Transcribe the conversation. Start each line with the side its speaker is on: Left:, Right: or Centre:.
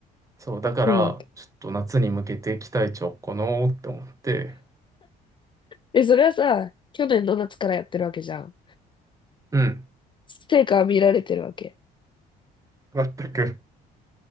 Right: そう、だから、
Left: うん。
Right: ちょっと夏に向けて期待値をこのーって思って、
Left: え、それはさ、去年の夏からやってるわけじゃん。
Right: うん、
Left: 成果は見られてるわけ。
Right: 全く。